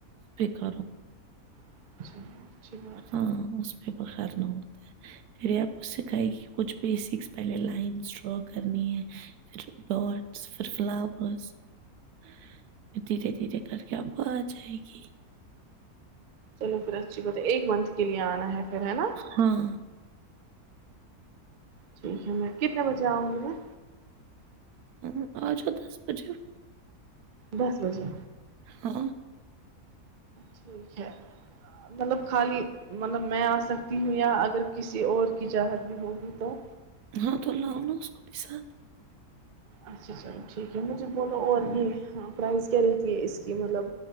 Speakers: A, on the right (about 80°); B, on the right (about 65°).
A: کارو
B: <unintelligible>
A: ہاں
B: ہے
A: اس پ بخار نہ ہوتا ہے پھر آ سکھائے گی کچھ بیسکس پہلے لائنس ڈرا کرنی ہے پھر ڈاٹس پھر فلاورسھر دھیرے دھیرے کر کے آپ کو آ جائے گی
B: چلو پھر اچھی بات ہے ایک منتھ کے لیے آنا ہے نا
A: ہاں
B: ٹھیک ہے میں کتنے بجے آؤں گی میں
A: ہ آجا دس بجے
B: دس بجے
A: ہاں
B: ٹھیک ہے مطلب خالی مطلب میں آ سکتی ہوں یا اگر کسی اور کی چاہت بھی ہوگی تو
A: ہاں تو ال لؤ ن اس کو بھی ساتھ
B: اچھا اچھا ٹھیک ہے مجھے بولو اور بھی پرائز کیا رہتی ہے اس کی مطلب